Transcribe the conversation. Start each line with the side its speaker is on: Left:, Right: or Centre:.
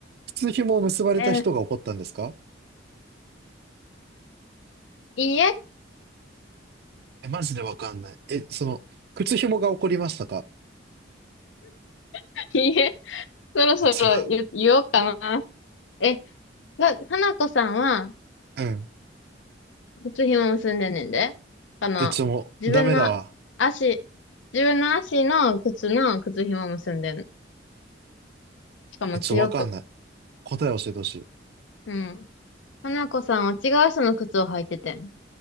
Right: 靴紐を結ばれた人が怒ったんですか
Left: えー、いいえ
Right: え、マジでわかんない。え、その、靴紐が怒りましたか
Left: <laughs> いいえそろそろ言、
Right: あ、違う。
Left: 言おうかな。え、が、花子さんは、
Right: うん。
Left: 靴紐結んでんねんで。あの、
Right: え、ちょ、もう、
Left: 自分の足、
Right: ダメだわ。
Left: 自分の足の靴の靴紐結んでんの。しかも強く。
Right: え、ちょ、わかんない。答え教えてほしい。
Left: うん。花子さんは違う人の靴を履いててん。